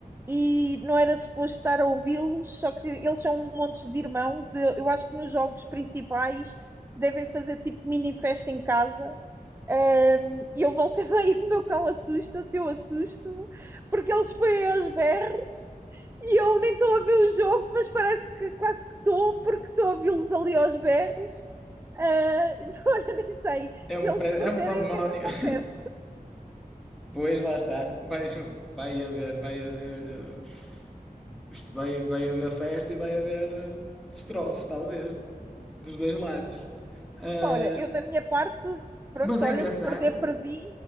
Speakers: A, on the right (about 15°); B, in the centre.
A: e não era suposto estar a ouvi-los, só que eles são um monte de irmãos. Eu, eu acho que nos jogos principais devem fazer tipo mini festa em casa Um, e eu voltei bem, o meu cão assusta-se, eu assusto-me, porque eles põem aos berros e eu nem estou a ver o jogo, mas parece que quase que estou, porque estou a vê-los ali aos berros. Uh, <laughs> então, olha, nem sei
B: É
A: se
B: um,
A: eles
B: pe-
A: perderem
B: é um pandemónio.
A: o que é que acontece.
B: <laughs> Pois, lá está. Vai, vai haver, vai haver. eh, Isto vai, vai haver festa e vai haver eh, destroços, talvez, dos dois lados. Ah,
A: Olha, eu da minha parte, pronto,
B: mas é
A: olha,
B: engraçado.
A: se perder, perdi.